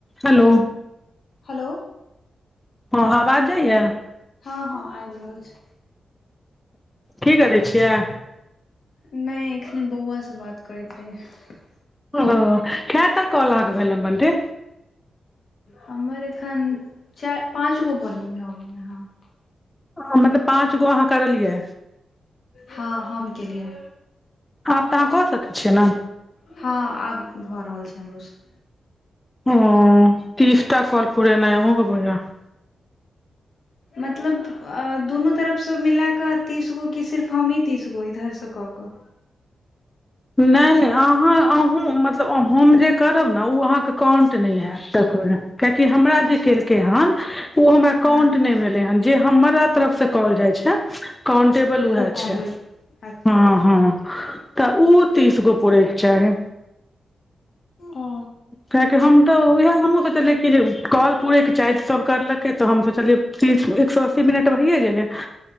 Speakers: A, on the left; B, on the left.
A: हेलो
B: हलो
A: हं आबाज जाइए
B: हँ हँ आबि रहल छै
A: की करै छियै
B: नइ एखने बौआसँ बात करैत रहियै
A: ओ केता कोल <unintelligible> भेलन बटे
B: हमर एखन चा पाँच गो को भ गेलै हँ
A: मतलब पाँच गो अहाँ करलियै
B: हँ हम केलियै
A: आब तऽ अहाँ कऽ सकैत छियै ने
B: हँ आब भऽ रहल छै हमरो स
A: ओ तीसटा कॉल पुरेनाइ अहुं के भ जेत
B: मतलब अ दुनू तरफ स मिला क तीस गो की सिर्फ हमी तीसगो फेर से कऽ कऽ
A: नइ नइ अहाँ अहूं मतलब हम जे करब ने ओ अहाँके काउंट नइ हैत देखबै आंहा कआकि हमरा
B: अच्छा
A: जे केलकै हन ओ हमर अकाउंट
B: हँ
A: नहि भेले हन जे हमरा तरफ से काॅल जाइ छै काउंटेबल उएह
B: ओ काउंट
A: छै
B: होइ अच्छा
A: हँ हँ ऊ तीस गो पड़ैके चाहे
B: ओ
A: कियकि हम तऽ उएह हमहूँ सोचलियै कि जे कल पूरयके चा सभ करलकै तऽ हम सोचलियै ती एक सौ अस्सी मिनट भैए गेलै